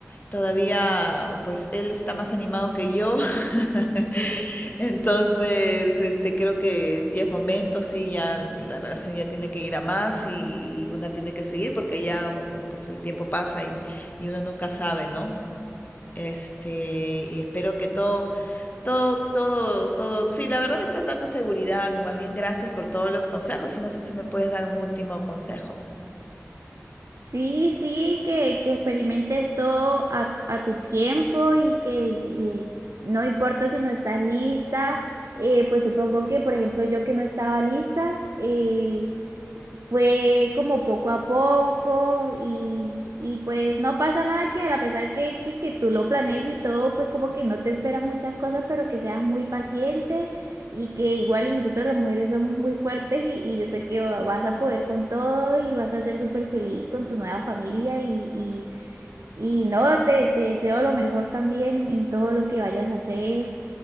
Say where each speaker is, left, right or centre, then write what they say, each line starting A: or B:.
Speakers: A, on the left; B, on the right.
A: Todavía, pues, él está más animado que yo. <laughs> Entonces, este, creo que ya es momento, sí, ya la relación ya tiene que ir a más y, y una tiene que seguir porque ya, mm, pues, el tiempo pasa y, y uno nunca sabe, ¿no? Este, y espero que todo, todo, todo, todo. Sí, la verdad me estás dando seguridad. Más bien, gracias por todos los consejos y no sé si me puedes dar un último consejo.
B: Sí, sí, que, que experimentes todo a, a tu tiempo y que y no importa si no estás lista, eh, pues supongo que, por ejemplo, yo que no estaba lista, eh, fue como poco a poco y, y pues no pasa nada que a pesar que, que, que tú lo planees y todo, pues como que no te esperas muchas cosas, pero que seas muy paciente y que igual nosotros las mujeres somos muy fuertes y, y yo sé que vas a poder con todo y vas a ser súper feliz con tu nueva familia y, y, y no, te, te deseo lo mejor también en todo lo que vayas a hacer